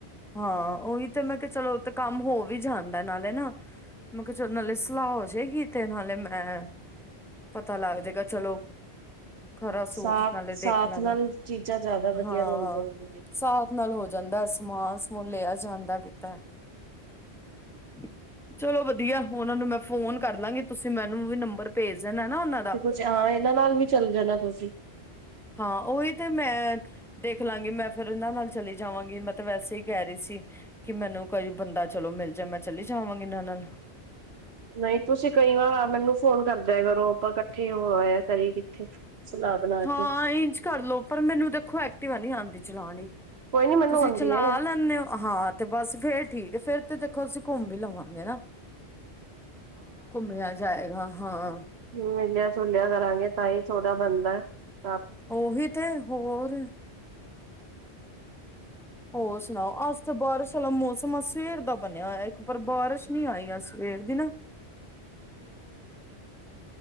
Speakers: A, in the centre; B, on the right.
A: ਹਾਂ ਉਹੀ ਤੇ ਮੈਂ ਕਿਹਾ ਚਲੋ ਇੱਕ ਕੰਮ ਹੋ ਵੀ ਜਾਂਦਾ ਨਾਲੇ ਨਾ। ਮੈਂ ਕਿਹਾ ਚ ਨਾਲੇ ਸਲਾਹ ਹੋ ਜਾਏਗੀ ਤੇ ਨਾਲੇ ਮੈਂ। <unintelligible> ਪਤਾ ਲੱਗ ਜੇਗਾ ਚਲੋ। ਖਰਾ ਸੂਟ
B: ਸਾਥ
A: ਨਾਲੇ
B: ਸਾਥ
A: ਦੇਖ ਲਾਂਗੇ
B: ਨਾਲ
A: <inaudible>
B: ਚੀਜ਼ਾਂ ਜ਼ਿਆਦਾ ਵਧੀਆ
A: ਹਾਂ
B: ਮਿਲ ਜਾਂਦੀਆਂ ਨੇ।
A: ਸਾ ਨਾਲ ਹੋ ਜਾਂਦਾ, ਸਮਾਨ -ਸਮੂਨ ਲਿਆ ਜਾਂਦਾ ਕੀਤੇ। <inaudible> ਚਲੋ ਵਧੀਆ, ਉਨਾ ਨੂੰ ਮੈਂ ਫੋਨ ਕਰ ਲਾਂਗੀ ਤੁਸੀਂ ਮੈਨੂੰ ਵੀ ਨੰਬਰ। ਭੇਜ ਦੇਣਾ ਨਾ ਉਹਨਾਂ ਦਾ
B: ਤੇ ਕੁਛ ਆ ਇਹਨਾਂ ਨਾਲ ਵੀ ਚੱਲ ਜਾਣਾ ਤੁਸੀਂ।
A: ਹਾਂ ਉਹੀ ਤੇ ਮੈਂ। ਦੇਖ ਲਾਂਗੀ, ਮੈਂ ਫਿਰ ਇਨਾ ਨਾਲ ਚਲੀ ਜਾਵਾਂਗੀ ਮੈਂ ਤਾ ਵੈਸੇ ਈ ਕੈ ਰੀ ਸੀ। ਕਿ ਮੈਨੂੰ ਕੋਈ ਬੰਦਾ ਚਲੋ ਮਿਲ ਜਾਏ ਮੈਂ ਚਲੀ ਜਾਵਾਂਗੀ ਇਹਨਾਂ ਨਾਲ।
B: ਨਹੀਂ ਤੁਸੀਂ ਕਈ ਵਾਰ, ਮੈਨੂੰ ਫ਼ੋਨ ਕਰਦਿਆ ਕਰੋ। ਆਪਾਂ ਇਕੱਠੇ ਹੋ ਆਇਆ ਕਰੀਏ ਕਿੱਥੇ। ਸਲਾਹ ਬਣਾ
A: ਹਾਂ,
B: ਕੇ
A: ਇੰਝ ਕਰ ਲੋ। ਪਰ ਮੈਨੂੰ ਦੇਖੋ, ਐਕਟਿਵਾ ਨੀ ਆਂਦੀ ਚਲਾਣੀ।
B: ਕੋਈ ਨੀ ਮੈਨੂੰ
A: ਤੁਸੀਂ
B: ਆਉਂਦੀ
A: ਚਲਾ
B: ਹੈ
A: ਲੈਂਨੇ ਓ? ਹਾਂ ਤੇ ਬਸ ਫੇਰ ਠੀਕ ਏ। ਫੇਰ ਤੇ ਦੇਖੋ ਅਸੀਂ ਘੁੰਮ ਵੀ ਲਵਾਂਗੇ ਨਾ। ਘੁੰਮਿਆ ਜਾਏਗਾ, ਹਾਂ।
B: ਮਿਲਿਆ-ਜੁਲਿਆ ਕਰਾਂਗੇ ਤਾਂ ਈ ਥੋੜਾ ਬਣਨਾ। ਆਪ
A: ਉਹੀ ਤੇ ਹੋਰ ਹੋਰ ਸੁਣਾਓ? ਅੱਜ ਤਾਂ ਬਾਰਿਸ਼ ਵਾਲਾ ਮੌਸਮ, ਆ ਸਵੇਰ ਦਾ ਬਣਿਆ ਹੋਇਆ। ਇੱਕ, ਪਰ ਬਾਰਿਸ਼ ਨੀ ਆਈ ਆ ਸਵੇਰ ਦੀ ਨਾ।
B: <inaudible>